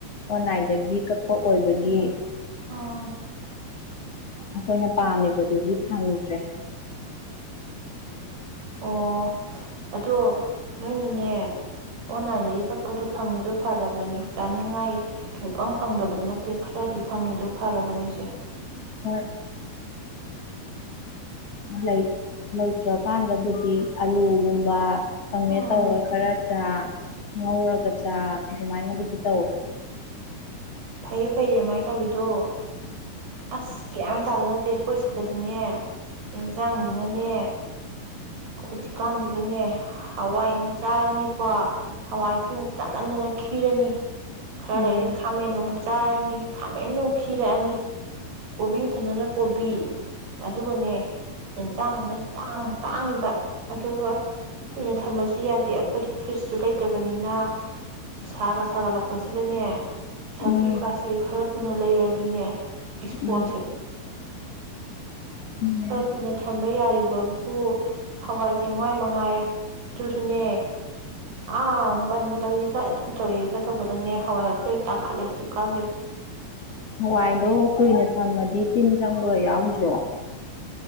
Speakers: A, on the left (about 40°); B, on the right (about 80°).
A: ꯑꯣꯟꯂꯥꯏꯟꯗꯒꯤ ꯀꯛꯄ ꯑꯣꯏꯕꯒꯤ
B: ꯎꯝ
A: ꯑꯩꯈꯣꯏꯅ ꯄꯥꯝꯃꯤꯕꯗꯨꯗꯤ ꯐꯪꯗ꯭ꯔꯦ
B: ꯑꯣ ꯑꯗꯣ ꯅꯣꯏꯅꯅꯦ ꯑꯣꯟꯂꯥꯏꯟꯗꯒꯤ ꯀꯛꯄꯗꯣ ꯐꯪꯉꯤꯗꯣ ꯐꯔꯕꯅꯤ ꯆꯥꯅꯤꯡꯉꯥꯏ ꯁꯨꯡꯄꯪ ꯐꯪꯗꯕꯗꯤ ꯅꯠꯇꯦ ꯈꯔꯗꯤ ꯐꯪꯉꯤꯗꯣ ꯐꯔꯕꯅꯤꯁꯦ
A: ꯍꯣꯏ ꯂꯩ ꯂꯩꯇ꯭ꯔꯀꯥꯟꯗꯕꯨꯗꯤ ꯑꯂꯨꯒꯨꯝꯕ ꯀꯥꯃꯦꯠ
B: ꯎꯝ
A: ꯇꯧꯔ ꯈꯔ ꯆꯥ ꯉꯧꯔꯒ ꯆꯥ ꯑꯗꯨꯃꯥꯏꯅꯕꯨꯗꯤ ꯇꯧꯋꯤ
B: ꯐꯩꯌꯦ ꯐꯩꯌꯦ ꯑꯗꯨꯃꯥꯏꯅ ꯇꯧꯋꯤꯗꯣ ꯑꯁ ꯒ꯭ꯌꯥ ꯇꯥꯕꯗ ꯅꯠꯇꯦ ꯑꯩꯈꯣꯏ ꯁꯤꯗꯗꯤꯅꯦ ꯌꯦꯟꯁꯥꯡꯁꯤꯅꯅꯦ ꯍꯧꯖꯤꯛꯀꯥꯟꯁꯤꯗꯅꯦ ꯍꯋꯥꯏꯃꯨꯛ ꯆꯥꯔꯅꯤꯀꯣ ꯍꯋꯥꯏꯁꯦ ꯑꯃꯨꯛ ꯆꯥꯟꯅꯟꯗꯅ ꯈꯤꯔꯅꯤ ꯈꯔ
A: ꯎꯝ
B: ꯂꯩ ꯈꯥꯃꯦꯟ ꯆꯥꯔꯅꯤ ꯈꯥꯃꯦꯟꯗꯤ ꯑꯃꯨꯛ ꯈꯤꯔꯛꯑꯅꯤ ꯀꯣꯕꯤ ꯃꯇꯝꯗꯅ ꯀꯣꯕꯤ ꯑꯗꯨꯒꯅꯦ ꯍꯦꯟꯖꯥꯡꯅ ꯇꯥꯡ ꯇꯥꯡꯉꯤꯕ ꯑꯗꯨꯒ ꯀꯨꯏꯅ ꯊꯝꯕꯁꯨ ꯌꯥꯗꯦ ꯑꯩꯈꯣꯏꯗꯤ ꯐ꯭ꯔꯤꯖꯁꯨ ꯂꯩꯇꯕꯅꯤꯅ ꯁꯥꯒ ꯁꯥꯒꯠꯂꯛꯄꯁꯤꯗꯅꯦ ꯁꯕꯤ
A: ꯎꯝ
B: ꯀꯥꯥꯁꯦ ꯈꯔ ꯀꯨꯏꯅ ꯂꯩꯔꯗꯤꯅꯦ ꯏꯁꯄꯣꯟ
A: ꯎꯝ
B: <unintelligible> <unintelligible>
A: ꯎꯝ
B: ꯈꯔ ꯀꯨꯏꯅ ꯊꯝꯕ ꯌꯥꯔꯤ ꯋꯥꯕꯨ ꯍꯋꯥꯏ ꯆꯦꯋꯥꯏ ꯃꯉꯥꯏꯔꯦ ꯑꯗꯨꯁꯨꯅꯦ ꯑ ꯕꯟ ꯇꯧꯏꯒ ꯑꯗꯨ ꯇꯧꯔꯤꯒ ꯇꯧꯕꯗꯅꯦ ꯍꯋꯥꯏꯒꯁꯨ ꯂꯣꯏ ꯇꯥꯡꯈꯠꯂꯦ ꯍꯧꯖꯤꯛꯀꯥꯟꯁꯦ
A: ꯍꯋꯥꯏꯗꯣ ꯀꯨꯏꯅ ꯊꯝꯃꯗꯤ ꯇꯤꯟ ꯆꯪꯕ ꯌꯥꯎꯗ꯭ꯔꯣ